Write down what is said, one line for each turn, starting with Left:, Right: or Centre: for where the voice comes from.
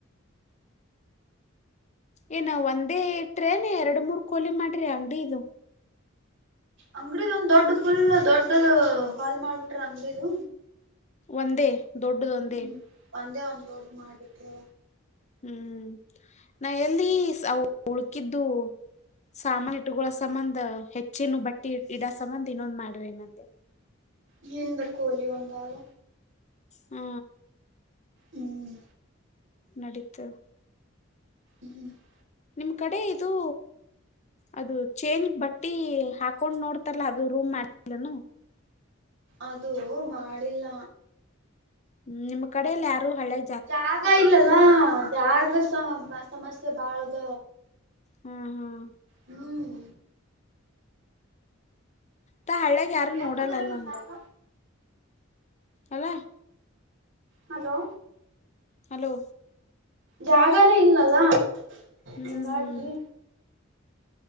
Left: ಏ ನಾವ್ ಒಂದೇ ಇಟ್ರೇನೆ ಎರಡು ಮೂರ್ ಕೋಲಿ ಮಾಡ್ರಿ ಅಂಗಡಿ ಇದು
Right: ಅಂಗಡಿದ ಒಂದ್ ದೊಡ್ ಫುಲ್ ದೊಡ್ಡದು ಹಾಲ್ ಮಾಡ್ಬಿಟ್ರ ಅಂಗಡದು
Left: ಒಂದೇ ದೊಡ್ಡದ ಒಂದೇ
Right: ಹ್ಮ್ ಒಂದೇ ಒಂದೋಡ್ದ ಮಾಡ್ಕ್ಕೆ
Left: ಹ್ಮ್ ನಾ ಎಲ್ಲಿ ಉಳ್ಕಿದ್ದು ಸಾಮಾನನ್ ಇಟ್ಟುಗಳ ಸಂಬಂಂದ ಹೆಚ್ಚೇನು ಬಟ್ಟಿ ಇಡ ಸಂಬಂಂದ ಇನ್ನೊಂದ್ ಮಾಡ್ರಿ ನೆ
Right: ಹಿಂದ ಕೋಲಿ ಒಂದಲ್ಲ
Left: ಹ್ಮ
Right: ಹ್ಮ್
Left: ನಡತ
Right: ಹ್ಮ್ <inaudible>
Left: ನಿಮ್ ಕಡೆ ಇದು ಅದು ಚೇಂಜ್ ಬಟ್ಟಿ ಹಾಕೊಂಡ್ ನೋಡ್ತಲ್ಲಾ ಅದು ರೂಮ್ ಮಾಡಿಲ್ಲನು
Right: ಅದು ಮಾಡಿಲ್ಲ
Left: ಹ್ಮ ನಿಮ್ಮ್ ಕಡಲ್ಲ ಯಾರು ಹಳೇ
Right: ಜಾಗ ಇಲ್ಲಲ್ಲಾ ಜಾಗ ಸಮಸ್ಯೆ ಬಾಳ್ದ
Left: ಹ್ಮ್ ಹ್ಮ್
Right: ಹ್ಮ್
Left: ತ ಹಳ್ಳ್ಯಾಗ ಯಾರು
Right: ಯಾಕದ
Left: ನೋಡಲ್ಲಲ್ಲ ಹಂಗ
Right: ಜಾಗ
Left: ಅಲ
Right: ಹಲೋ
Left: ಹಲೋ
Right: ಜಾಗಾನೇ ಇಲ್ಲಲ್ಲ
Left: ಹ್ಮ್
Right: ಹಂಗಾಗಿ
Left: ಹ್ಮ್